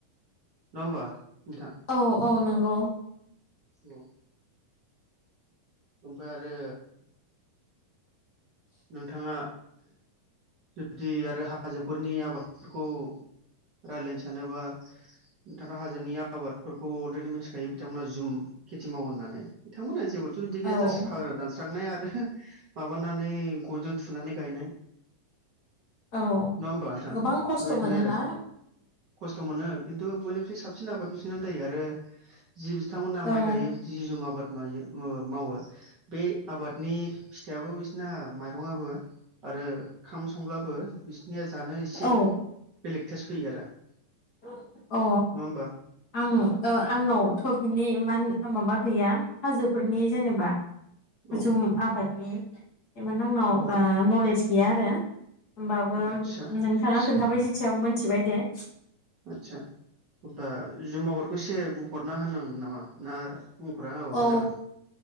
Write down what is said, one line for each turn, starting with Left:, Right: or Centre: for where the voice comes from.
Right: नङा होमबा। नोंथां
Left: औ औ नंगौ।
Right: औ। ओमफ्राय आरो नोंथाङा जुदि आरो हाजोफोरनि आबादफोरखौ रायलायनो सानोबा नोंथांङा हाजोनि आबादफोरखौ अलरेडि मिथिखायो बिथांमोना जुम खेथि मावो होननानै बिथांमोना जेबोद थ' बिदि
Left: औ
Right: गैया जास्ट हाग्रा दानस्रांनाय आरो माबानानै गनजों थुनानै गायनाय।
Left: औ
Right: नङा होमबा नोंथां
Left: गोबां खस्थ'
Right: बेबायदिनो
Left: मोनोना
Right: आरो खस्थ' मोनो। खिन्थु बयनिख्रुइ साबसिन आबाद बिसोनानो जायो आरो जि बिथांमोनहा
Left: ओम
Right: माइ गायो बिदि जुम आबाद मायो ओ मावो बे आबादनि फिथाइयाबो बिसिना मा रंआबो आरो ओंखाम संब्लाबो बिस निया जानो एसे
Left: औ
Right: बेलेग टेस्त फैयो आरो
Left: अ
Right: नङा होमबा
Left: आं ओ आंनावथ' बिनि मान माबा गैया हाजोफोरनि जेनेबा
Right: औ
Left: जुम आबादनि एमान आंनाव
Right: औ
Left: ओ नलेज गैया आरो होमबाबो
Right: आदसा
Left: नोंथाङा खोन्थाबाय सायाव मोनथिबाय दे
Right: आदसा अब्ला जुम आबादखौ एसे बुंफोरना होनांगोन नामा ना बुंफोरना होबाबो
Left: औ
Right: जागोन